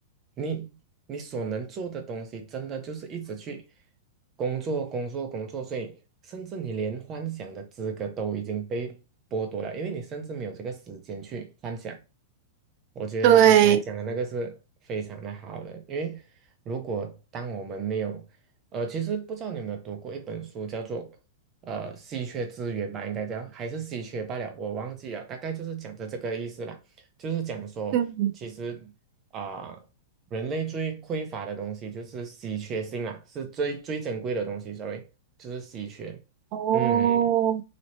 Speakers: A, on the right; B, on the right.
A: 你你所能做的东西真的就是一直去工作、工作、工作，所以甚至你连幻想的资格都已经被剥夺了，因为你甚至没有这个时间去幻想。我觉得你刚才讲的那个是非常的好的，
B: 对，
A: 因为如果当我们没有，呃，其实不知道你有没有读过一本书，叫做呃稀缺资源吧，应该这样，还是稀缺罢了，我忘记了，大概就是讲的这个意思啦，就是讲说，
B: 嗯，
A: 其实啊、人类最匮乏的东西就是稀缺性啦，是最最珍贵的东西，sorry，就是稀缺，
B: 哦，
A: 嗯。